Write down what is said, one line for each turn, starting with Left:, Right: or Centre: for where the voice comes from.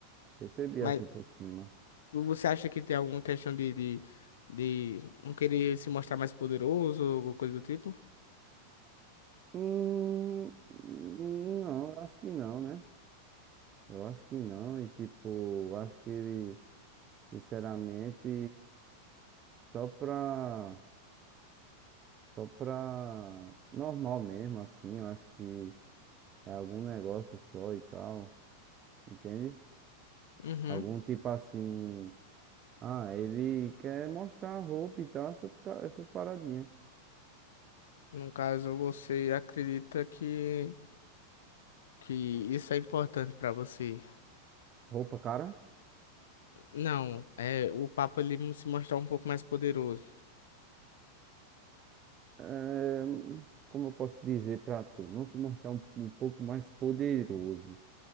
Right: percebi
Left: Mas
Right: assim por cima.
Left: você acha que tem alguma questão de, de, de não querer se mostrar mais poderoso ou coisa do tipo?
Right: Hum, não, eu acho que não, né? Eu acho que não, e tipo, eu acho que ele, sinceramente, só pra, só pra normal mesmo, assim, eu acho que é algum negócio só e tal, entende?
Left: Uhum.
Right: Algum tipo assim, ah, ele quer mostrar a roupa e tal, essas, ca- essas paradinhas.
Left: No caso, você acredita que, que isso é importante pra você?
Right: Roupa cara?
Left: Não, é o Papa ele se mostrar um pouco mais poderoso.
Right: É, como eu posso dizer para tu? Não se mostrar um, um pouco mais poderoso.